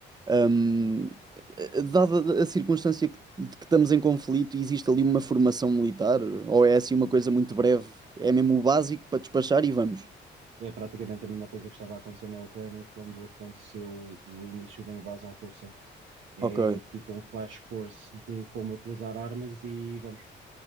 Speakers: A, on the right (about 20°); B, on the right (about 70°).
A: Hum, dada a circunstância que- de que estamos em conflito, existe ali uma formação militar? Ou é assim uma coisa muito breve? É mesmo o básico para despachar e vamos.
B: É praticamente a mesma coisa que estava a acontecer na Ucrânia quando aconteceu o início da invasão russa É
A: Ok,
B: tipo um flash course de como utilizar armas e vamos.